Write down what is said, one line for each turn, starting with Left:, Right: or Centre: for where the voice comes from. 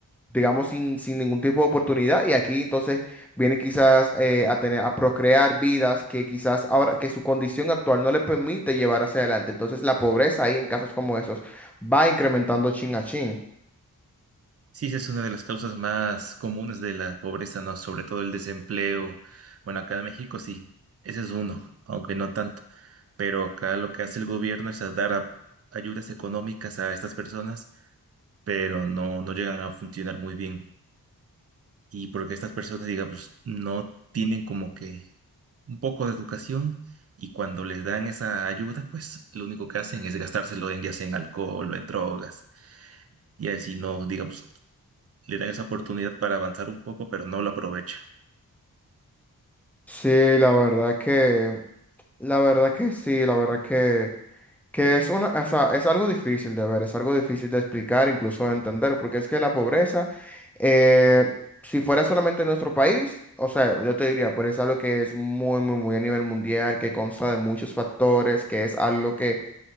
Centre: digamos, sin, sin ningún tipo de oportunidad. Y aquí entonces vienen quizás eh, a tener, a procrear vidas que quizás ahora, que su condición actual no le permite llevar hacia adelante. Entonces la pobreza ahí en casos como esos va incrementando chin a chin.
Right: Sí, esa es una de las causas más comunes de la pobreza, ¿no? Sobre todo el desempleo. Bueno, acá en México sí, ese es uno, aunque no tanto. Pero acá lo que hace el gobierno es a dar a- ayudas económicas a estas personas, pero no, no llegan a funcionar muy bien. Y porque estas personas, digamos, no tienen como que un poco de educación y cuando les dan esa ayuda, pues lo único que hacen es gastárselo en, ya sea en alcohol o en drogas. Y así no, digamos, le dan esa oportunidad para avanzar un poco, pero no lo aprovechan.
Centre: Sí, la verdad que, la verdad que sí, la verdad que Que es una, o sea, es algo difícil de ver, es algo difícil de explicar, incluso de entender, porque es que la pobreza, eh, si fuera solamente en nuestro país, o sea, yo te diría, pero es algo que es muy, muy, muy a nivel mundial, que consta de muchos factores, que es algo que